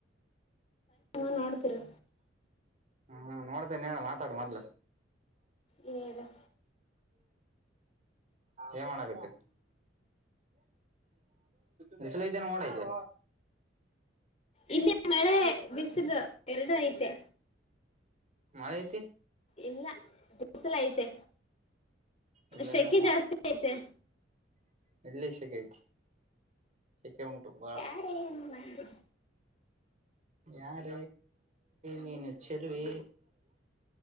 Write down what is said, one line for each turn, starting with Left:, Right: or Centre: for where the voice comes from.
Left: ಟ್ ನೋಡ್ತೀರಾ
Right: ಹಾ ನೋಡ್ತೇನ ಹೇಳ ಮಾತಾಡ ಮದ್ಲ
Left: ಹೇಳ
Right: ಏ ಮಾಡಕರಿ. ಬಿಸಲು ಐತೆನೆ ನೋಡಐತೆ
Left: ಇಲ್ಲಿ ಮಳೆ ಬಿಸಿಲು ಎರಡು ಐತೆ
Right: ಮಳೆಐತಿ
Left: ಇಲ್ಲ ದಸಲ ಐತೆ
Right: ಇಲ್ಲೆಲ್ಲಾ
Left: ಶಕಿ ಜಾಸ್ತಿ ಐತೆ
Right: <unintelligible> ಚಕ್ಕೆೆ ಉಂಟು ಬಾಳ
Left: ಯಾರ ಏನ್ ಮಾಡಿದ
Right: ಯಾರ ನೀನು ಚೆಲುವೆ